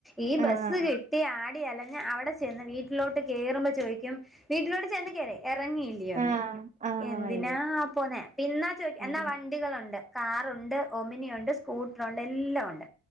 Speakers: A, in the centre; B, on the right.
A: ഈ
B: ആഹ്
A: ബസ് കിട്ടിയ ആ ട്ടി അലഞ് അവിടെ ചെന്ന് വീട്ടിലോട്ട് കേയറുമ്പോ ചോയ്ക്കും വീട്ടിലോട്ട് ചെന്ന് കേയറി ഇറങ്ങിയി ല്ല്യാന്ന്
B: ആഹ്
A: ചോയ്കു
B: ആഹ്
A: എന്തിനാ
B: അയ്യേ
A: പോന്നെ പി ന്നാ ചോയ്ക് എന്നാ
B: ആഹ്
A: വണ്ടികളുണ്ട് ണ്ട് കാറുണ്ട് ഒമിനിയ ഉണ്ട് സ്കൂട്ടർ ഉണ്ട് എല്ലാം ഉണ്ട്